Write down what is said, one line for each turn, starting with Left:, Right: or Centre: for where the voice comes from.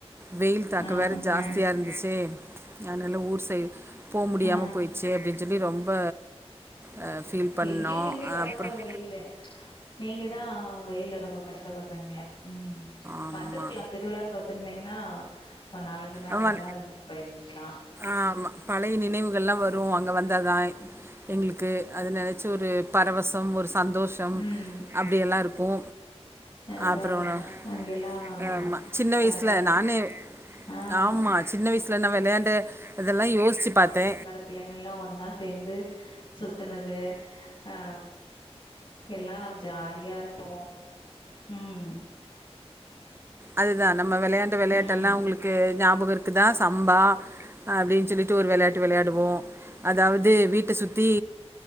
Right: வெயில் தாக்க
Left: ஆ,
Right: வேற ஜாஸ்தியா
Left: ஆ,
Right: இருந்துச்சே அதனால ஊர் சை போ முடியாம
Left: ஆ.
Right: போயிட்ச்சே அப்டின் சொல்லி ரொம்ப ஆ ஃபீல் பண்ணோம்
Left: எங்களுக்கு இங்க பரவால்ல
Right: அப்புறம்
Left: வெயிலு நீங்கதா வெயில்ல ரொம்ப கஷ்டப்பற்றீங்க ம்
Right: ஆமா
Left: வந்துருக்கலா திருவிழாவுக்கு வந்துருந்தீங்கன்னா ஒரு நாலஞ்சு நாள்
Right: ஆமா
Left: நல்லா இருந்து போயிர்ந்துக்கலா
Right: ஆமா பழைய நினைவுகள்ளா வரு அங்க வந்தாதா எங்களுக்கு அது நெனச்சு ஒரு பரவசம் ஒரு சந்தோஷ் ஷம்
Left: ம்.
Right: அப்டியெல்லா இருக்கு
Left: அதான்
Right: அப்றம்
Left: அதான்.
Right: <inaudible>
Left: அங்கெல்லாம்
Right: ஆமா சின்ன வயசுல
Left: கடை
Right: நானு
Left: ஆ.
Right: ஆம்மா சின்ன வயசுல நா வெளையாண்ட அதல்லா யோசிச்சு பாத்தே
Left: பிள்ளைங்கல்லா ஒன்னா சேந்து சுத்துனது ஆ எல்லா ஜாலியா இருப்போ ம்
Right: அதுதா நம்ம வெளையாண் வெளையாட்டெல்லா
Left: ம்.
Right: உங்களுக்கு ஞாபகம் இருக்குதா சம்பா அப்டின் சொல்லிட்டு ஒரு வெளையாட் டு வெளையாடுவோ அதாவது வீட்ட சுத்தி